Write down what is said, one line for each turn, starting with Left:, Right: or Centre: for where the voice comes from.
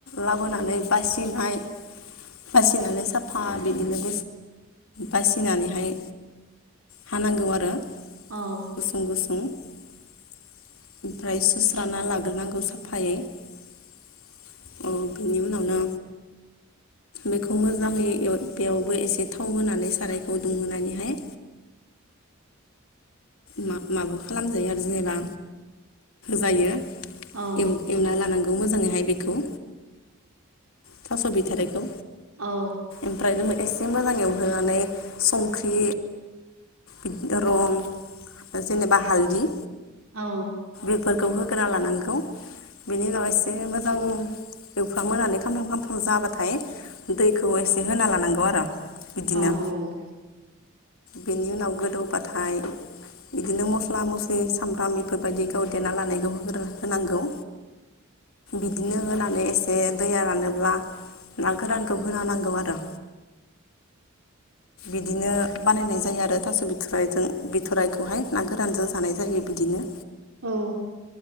Left: लाबोनानै बासिनाय बासिनानै साफा बिदिनो बासिनानैहाय हानांगौ आरो
Right: औ
Left: गुसुं गुसुं ओमफ्राय सुस्राना लाग्रोनांगौ साफायै। औ बिनि उनावनो बेखौ मोजाङै बेयावबो एसे थाव होनानै सारायखौ दुंहोनानैहाय मा-माबा खालामजायो आरो जेनेबा जायो
Right: औ
Left: एवना लानांगौ मोजाङैहाय बेखौ थास' बिथारिखौ
Right: औ
Left: ओमफ्राय एसे मोजां एवहोनानै संख्रि बिदि रं जेनेबा हालददि
Right: औ
Left: होग्रा लानांगौ बेनि उनाव एसे मोजां एवफ मोननानै खामफ्राम खामफ्राम जाबाथाय दैखौ एसे होना लानांगौ आरो बिदिनो
Right: औ औ
Left: बेनि उनाव गोदौबाथाय बिदिनो मस्ला-मस्लि सामब्राम बेफोरबायदि गाव देना लानायखौ होनांगौ बिदिनो होनानै एसे दैया रानोब्ला ना गोरानखौ होना होनांगौ आरो बिदिनो बानायनाय जायो आरो थास' बिथरजों बिथ'राइखौहाय ना गोरानजों जानाय जायो बिदिनो
Right: औ